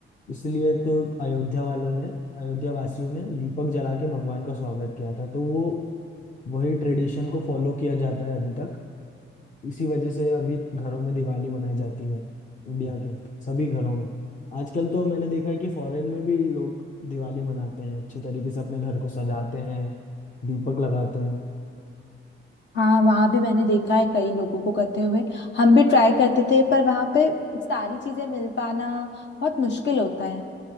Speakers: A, on the left (about 35°); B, on the left (about 60°).
A: इसलिए तो अयोध्या वालों ने अयोध्या वासियों ने दीपक जला के भगवान का स्वागत किया था तो वो वही ट्रेडिशन को फॉलो किया जाता है अभी तक इसी वजह से अभी घरों में दिवाली मनाई जाती है इंडिया के सभी घरों में आजकल तो मैंने देखा है कि फॉरेन में भी लोग दिवाली मनाते हैं अच्छे तरीके से अपने घर को सजाते हैं दीपक लगाते हैं
B: हाँ वहाँ भी मैंने देखा है कई लोगों को करते हुए हम भी ट्राई करते थे पर वहाँ पे सारी चीजें मिल पाना बहुत मुश्किल होता है